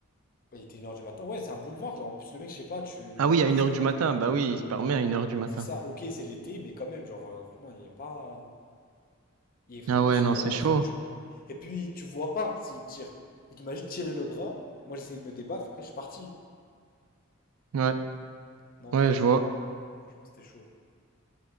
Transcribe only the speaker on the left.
Ouais, Il était 1h du matin. Ouais, c'est un boulevard. Genre, en plus, le mec, je sais pas, tu...
y a personne
et
tout.
Mais oui,
c'est ça. Ok, c'est l'été, mais quand même, genre, euh, vraiment, il n'y a pas. Il y a vraiment,
je sais
pas, il
n'y a personne,
tu vois. Et puis, tu vois pas s'il tire. Donc, il m'a juste tiré le bras. Moi, j'essayais de me débattre. Après, je suis parti.
Non,
c'était chaud.
Franchement, c'était chaud.